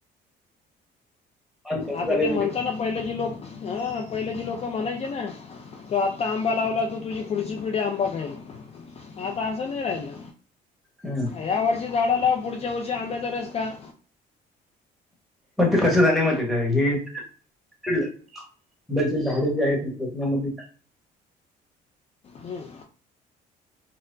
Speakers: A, in the centre; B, on the left.
A: आणि कसं
B: आता
A: झालंय
B: ते
A: माहिती
B: म्हणतात
A: आहे
B: ना पहिल्याची लोक, हं पहिलेची लोक म्हणायचे ना तू आत्ता आंबा लावला तर तुझी पुढची पिढी आंबा खाईल. आाता आस नाही राहिलं.
A: हम,
B: या वर्षी झाडं लाव, पुढच्या वर्षी आंब्याचा रस खा.
A: पण ते कसं झालंय माहितेय काय हे तिकडं चल. आंब्याची झाडं जी आहेत कोकणामध्ये
B: हं...